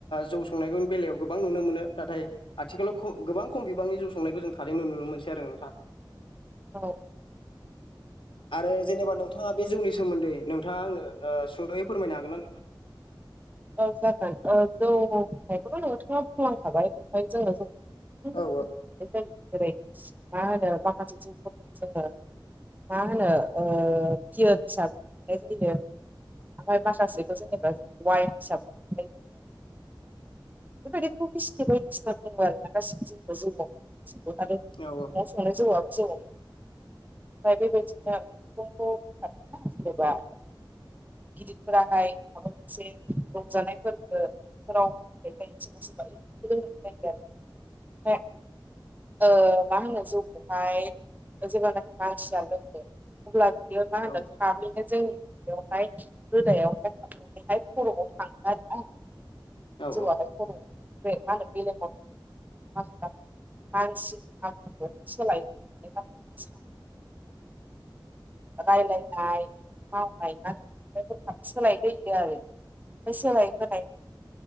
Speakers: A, on the left; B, on the right.
A: जौ संनायनायनि बेलायाव गोबां नुनो मोनो नाथाय आथिखालाव गोबां खम बिबांनि जौ संनायखौ जों थारैनो नुनो मोनसै दो थां
B: <inaudible>
A: आरो जेनेबा नोंथाङा बे जौनि सोमोन्दै नोंथाङा आंनो सुंद'यै फोरमायनो हागोन ना नोंथां
B: औ जागोन जौ नोंथाङा बुंलांखाबाय ओमफ्राय जोङो <unintelligible>
A: औ
B: जेरै मा होनो माखासे जौफोरखौ जोङो मा होनो बियो फिसा <unintelligible> ओमफ्राय माखासेखौ जेनेबा जों वाइन हिसाबै <unintelligible> बेबायदिथ' <unintelligible> बायदिसिना दङ आरोना गासिबो <unintelligible> जोंआव। खादों न'आव
A: औ
B: संनाय जौआ जौ ओमफ्राय बेबायदिनोखौ बुंखा जेनेबा गिदिरफोराहाय माबा मोनसे रंजानायफोरखौ राव <unintelligible> जायो सोरबा सोरबा रोंनाय जायो आरो <unintelligible> मा होनो जौखौहाय जेब्लानाखि मानसिया लोंदो अब्ला बेयो मा होनो
A: औ
B: थाबैनो जों बेयावहाय गोदायावहाय हाबनानैहाय खर'आव थाङो आरोना।
A: औ
B: जौआलाय
A: औ
B: खर'आव मा होनो मेलेमाव <unintelligible> मानसिनि <unintelligible> सोलायो <unintelligible> रायलायनाय मावनाय <unintelligible> सोलायलोयो आरो <unintelligible>